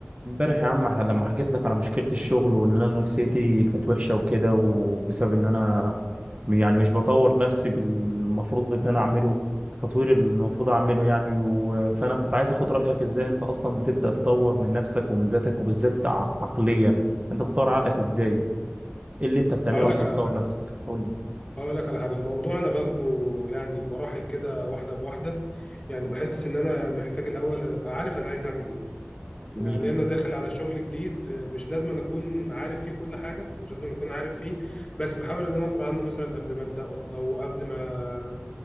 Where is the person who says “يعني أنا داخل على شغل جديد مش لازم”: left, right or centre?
Left